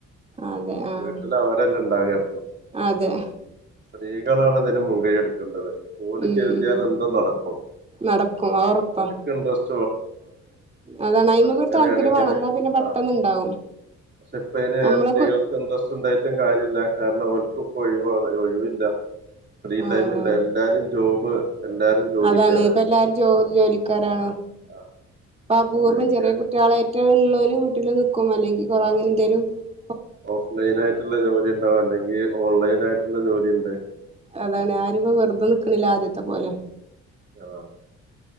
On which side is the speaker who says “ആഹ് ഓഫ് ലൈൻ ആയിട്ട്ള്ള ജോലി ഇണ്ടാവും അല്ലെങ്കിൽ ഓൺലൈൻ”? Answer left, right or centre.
Right